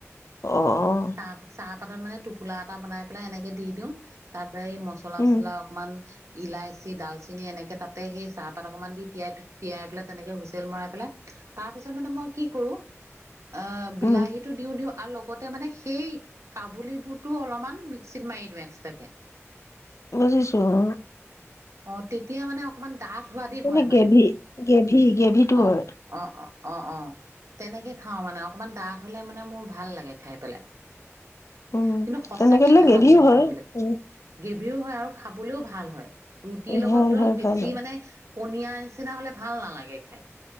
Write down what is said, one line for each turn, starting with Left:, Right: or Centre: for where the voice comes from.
Left: অ অ
Right: তাপ চাপ এবাৰ মানে টোপোলা এটা বনাই পেলাই এনেকে দিওঁ তাত সদায় এই মচলা
Left: উম
Right: চচলা অকমান ইলাইচি ডালচিন এনেকে তাতে সেই চাহপাত অকমান দি তিয়াই তিয়াই পেলাই তেনেকে হুইচেল মৰাই পেলাই তাৰ পিছত মানে মই কি কৰো অ বিলাহী
Left: উম
Right: টো দিও দিও আৰু লগত আগতে মানে সেই কাবুল বোৰতটো অলপমান মিক্সিত মাৰি দিওঁ এক্সট্ৰাকে
Left: বুজিছো অ
Right: অ তেতিয়া মানে অকমান ডাঠ সোৱাদি
Left: মানে
Right: হয়
Left: গ্ৰেভি গ্ৰেভি গ্ৰেভিটো হয়
Right: অ অ অ অ অ তেনেকে খাওঁ মানে অকমান ডাঠ হলে মানে মোৰ ভাল লাগে খাই পেলাই
Left: উম,
Right: কিন্তু সচাকে
Left: তেনেকে দিলে
Right: ভাল
Left: গ্ৰেভিও
Right: হয় খাবলে
Left: উম,
Right: গ্ৰেভি হয় আৰু খাবলৈও ভাল হয় ৰুটিৰ লগত
Left: ভাল
Right: তও
Left: হয়, ভাল
Right: বেছি
Left: হয়,
Right: মানে পনীয়া নিচিনা হলে ভাল নালাগে খাই